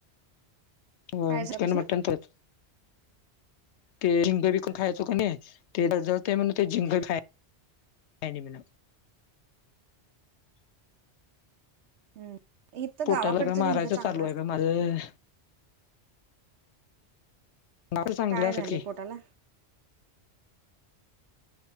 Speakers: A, on the left; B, on the right.
A: हो
B: काय झाल्यापासन
A: चिकन मटण तरच तेंग ण खायचो का नाही ते ज म्ह ते जिंक खाय म्ह
B: हम्म इथ तर
A: पोटाला
B: गावाकडच
A: काय मारायचं
B: झिंक चांगलं
A: चालू आहे
B: असतात
A: बा माझं
B: ते
A: ना चांगलं
B: काय
A: अस
B: झाली
A: की
B: पोटाला?